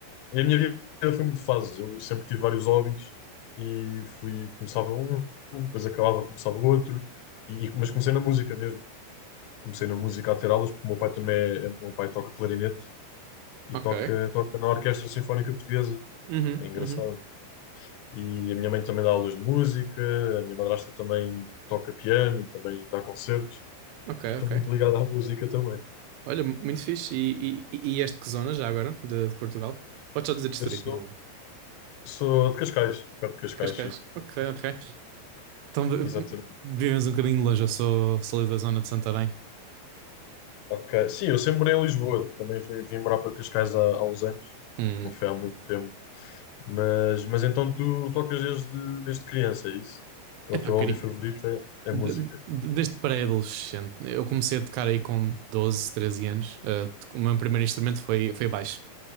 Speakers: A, on the left; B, on the right.
A: e a minha vida foi muito de fases, eu sempre tive vários hobbies, e fui, começava um, depois acabava, começava outro, e, e- mas comecei na música mesmo. Comecei na música a ter aulas, porque o meu pai também é, o meu pai toca clarinete e
B: ok.
A: toca, toca na Orquestra Sinfónica Portuguesa.
B: Uhum,
A: É engraçado.
B: uhum,
A: E a minha mãe também dá aulas de música, a minha madrasta também toca piano e também dá concertos.
B: ok,
A: Então estou
B: ok.
A: muito ligado à música também.
B: Olha, muito fixe. E, e, e este que zona já agora, de, de Portugal? Podes só dizer distrito,
A: Eu sou,
B: não? De
A: sou de Cascais, perto de Cascais,
B: Cascais.
A: sim.
B: Ok, ok. Então, vi-
A: Exatamente.
B: vivemos um bocadinho longe, eu sou, sou ali da zona de Santarém.
A: Ok. Sim, eu sempre morei em Lisboa. Também vim, vim morar para Cascais há, há uns anos.
B: Hum.
A: Não foi há muito tempo. Mas, mas então tu tocas desde, desde criança, é isso? É
B: Epá,
A: o teu
B: queria,
A: hobby favorito é,
B: De-
A: é música.
B: de- Desde pré-adolescente, eu comecei a tocar aí com 12 13 anos. Uh, to- o meu primeiro instrumento foi, foi baixo.